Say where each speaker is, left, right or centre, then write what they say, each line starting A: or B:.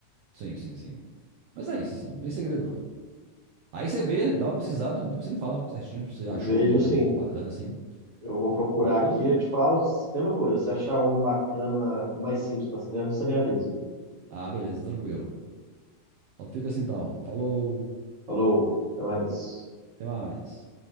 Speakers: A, on the right; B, on the right.
A: Sim, sim, sim. Mas é isso, assim, não tem segredo não. Aí você vê, dá uma pesquisada, depois você me fala certinho se você achou
B: Vejo
A: um modelo
B: sim,
A: bom, bacana assim.
B: eu vou procurar
A: Tranquilo?
B: aqui, eu te falo, mesma coisa, se achar um bacana mais simples para as crianças, você me avisa.
A: Ah, beleza, tranquilo. Então fica assim então. Falou,
B: Falou, até mais.
A: até mais.